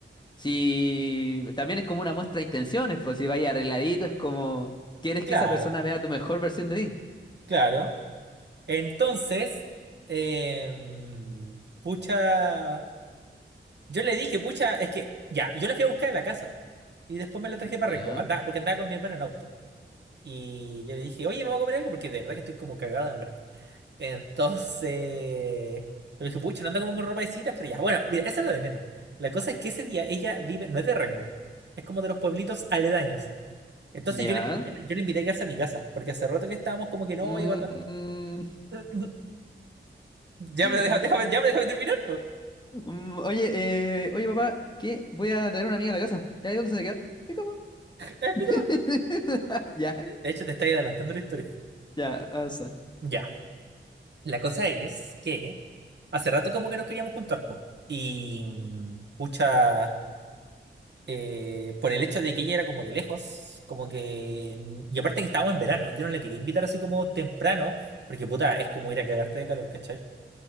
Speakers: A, on the left; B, on the right.
A: si también es como una muestra de intenciones, pues si vais arregladito es como quieres
B: Claro,
A: que esa persona vea tu mejor versión de ti.
B: claro. Entonces, em, pucha, yo le dije, pucha, es que ya, yo la fui a buscar a la casa y después me la traje para
A: Ya,
B: Rengo, andaba, porque andaba con mi hermano en auto. Y yo le dije, oye, vamos a comer algo porque de verdad que estoy como cagado de hambre. Entonces, le dije, pucha, no anda como con ropa de citas, pero ya, bueno, mira, eso es lo de menos. La cosa es que ese día ella vive, no es de Rengo, es como de los pueblitos aledaños. Entonces
A: ya.
B: yo le, yo le- yo le invité a quedarse a mi casa, porque hace rato que estábamos como que no,
A: Mm,
B: y guarda.
A: mm,
B: <laughs> Ya,
A: mm,
B: pero deja déjame, ya, pero déjame terminar, pues.
A: Mm, Oye, eh, oye papá, ¿qué? Voy a traer una amiga a la casa. ¿Ya ahí dónde se va a quedar? Mi cama.
B: Es
A: <laughs>
B: mi cama.
A: ¿Ya?
B: De de hecho, te estoy adelantando la historia.
A: Ya, avanza.
B: Ya. La cosa es que hace rato como que nos queríamos juntar, pues. Y, mm, pucha, eh, por el hecho de que ella era como de lejos, como que... mm, Y aparte que estábamos en verano, yo no la quería invitar así como temprano, porque puta, es como ir a cagarte de calor, ¿cachai?